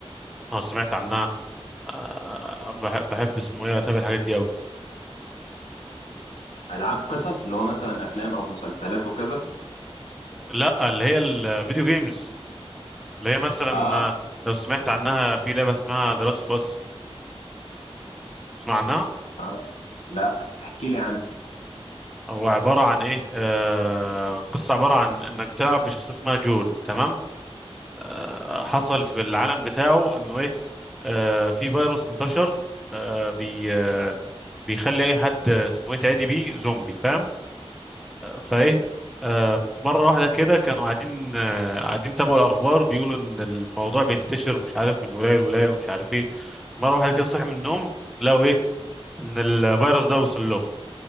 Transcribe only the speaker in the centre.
اه سمعت عنها آه، بحب, بحب اسمه ايه اتابع الحاجات دي قوي
لا اللي هي الفيديو جيمز اللي هي مثلا
آه، لو سمعت عنها في لعبه اسمها ذا لاست اوف اس، تسمع عنها
هو عباره عن ايه آه قصه عباره عن انك بتلعب بشخص اسمها جول تمام آه حصل في العالم بتاعه انه ايه آه في فيروس انتشر آه بي آه بيخلي اي حد آه، اسمه ايه تعدي بيه زومبي فاهم فايه آه، مرة واحدة كده كانوا قاعدين آه، قاعدين تابعوا الأخبار بيقولوا إن الموضوع بينتشر مش عارف من ولاية لولاية ومش عارف إيه مرة واحدة كده صحي من النوم لقوا إيه إن الفيروس ده وصل لهم